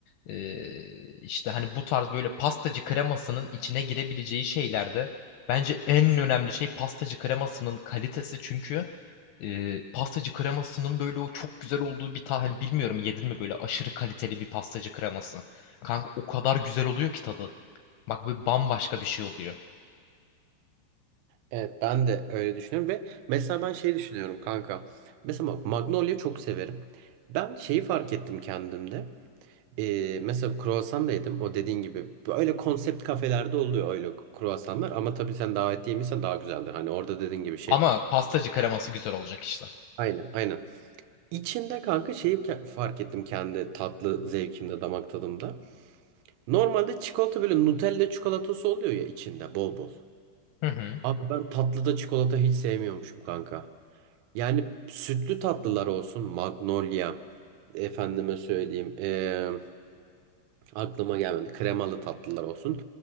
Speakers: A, on the left; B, on the right.
A: e, işte hani bu tarz böyle pastacı kremasının içine girebileceği şeylerde bence en önemli şey pastacı kremasının kalitesi çünkü e, pastacı kremasının böyle o çok güzel olduğu bir tane bilmiyorum yedin mi böyle aşırı kaliteli bir pastacı kreması kanka o kadar güzel oluyor ki tadı. Bak bu bambaşka bir şey oluyor.
B: Evet ben de öyle düşünüyorum ve mesela ben şey düşünüyorum kanka. Mesela bak, Magnolia çok severim. Ben şeyi fark ettim kendimde. Ee, mesela kruvasan da yedim. O dediğin gibi öyle konsept kafelerde oluyor öyle kruvasanlar ama tabii sen davet yemişsen daha güzeldir. Hani orada dediğin gibi şey.
A: Ama pastacı kreması güzel olacak işte.
B: Aynen aynen. İçinde kanka şeyi ke- fark ettim kendi tatlı zevkimde, damak tadımda. Normalde çikolata böyle Nutella çikolatası oluyor ya içinde bol bol.
A: Hı hı.
B: Abi ben tatlıda çikolata hiç sevmiyormuşum kanka. Yani sütlü tatlılar olsun. Magnolia. Efendime söyleyeyim. eee, aklıma gelmedi. Kremalı tatlılar olsun.